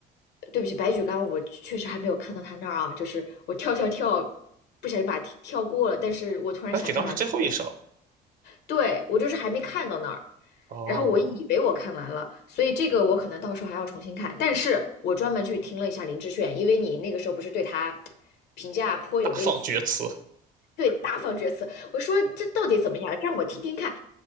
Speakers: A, on the left (about 75°); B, on the right (about 55°).
A: 对不起，白举纲，我确实还没有看到他那儿啊，就是我跳跳跳，不小心把它跳过了，但是我突然想起完
B: 白举纲是最后一首
A: 对，我就是还没看到那儿，
B: 哦，
A: 然后我以为我看完了，所以这个我可能到时候还要重新看。但是我专门去听了一下林志炫，因为你那个时候不是对他评价颇有微词吗？
B: 大放厥词，
A: 对，大放厥词。我说这到底怎么样？让我听听看。